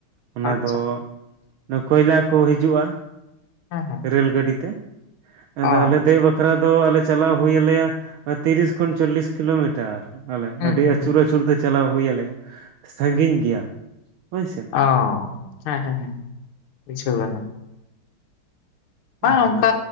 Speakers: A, on the right; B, on the left.
A: ᱚᱱᱟ
B: ᱟᱪᱪᱷᱟ
A: ᱫᱚ ᱚᱱᱟ ᱠᱚᱭᱞᱟ ᱠᱚ ᱦᱤᱡᱩᱜᱼᱟ
B: ᱦᱮᱸ ᱦᱮᱸ
A: ᱨᱮᱹᱞ ᱜᱟᱹᱰᱤ ᱛᱮ ᱾ ᱟᱫᱚ
B: ᱚ
A: ᱟᱞᱮ ᱫᱮᱡᱽ ᱵᱟᱠᱷᱨᱟ ᱫᱚ ᱟᱞᱮ ᱪᱟᱞᱟᱣ ᱦᱩᱭ ᱟᱞᱮᱭᱟ ᱛᱤᱨᱤᱥ ᱠᱷᱚᱱ ᱪᱚᱞᱞᱤᱥ ᱠᱤᱞᱳᱢᱤᱴᱟᱨᱼᱼ ᱟᱞᱮ
B: ᱦᱩᱸ
A: ᱟᱹᱰᱤ
B: ᱦᱩᱸ
A: ᱟᱹᱪᱩᱨ ᱟᱹᱪᱩᱨ ᱛᱮ ᱪᱟᱞᱟᱣ ᱦᱩᱭ ᱟᱞᱮᱭᱟ ᱥᱟᱺᱜᱤᱧ ᱜᱮᱭᱟ ᱦᱳᱭ ᱥᱮ, ᱼᱼ
B: ᱚᱸ ᱦᱮᱸ ᱦᱮᱸ ᱦᱮᱸ ᱵᱩᱪᱷᱟᱹᱣ ᱠᱟᱱᱟᱼᱼ ᱵᱟᱝ
A: ᱦᱳᱭ
B: ᱚᱱᱠᱟ